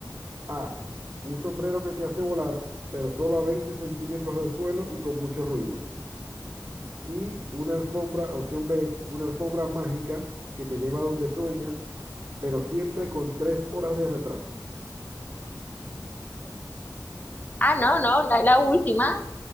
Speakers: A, on the right; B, on the left.
A: A, un sombrero que te hace volar, pero solo a 20 centímetros del suelo y con mucho ruido. Y una alfombra, opción B, una alfombra mágica que te lleva a donde sueñas, pero siempre con 3 horas de retraso.
B: Ah, no, no, la, la última.